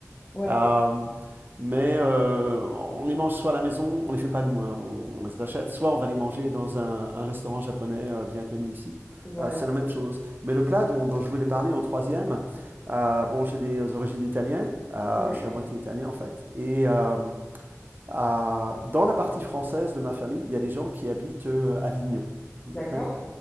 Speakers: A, on the left (about 15°); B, on the right (about 40°).
A: Ouais,
B: Euh, mais euh, on les mange soit à la maison, on les fait pas nous, hein, on, on les achète, soit on va les manger dans un, un restaurant japonais euh, bien connu ici.
A: voilà.
B: Euh, c'est la même chose. Mais le plat dont, dont je voulais parler en troisième, euh, bon, j'ai des origines italiennes, euh,
A: Oui.
B: je suis à moitié italien en fait, et euh, à- dans la partie française de ma famille, il y a des gens qui habitent euh, Avignon.
A: D'accord.
B: Ok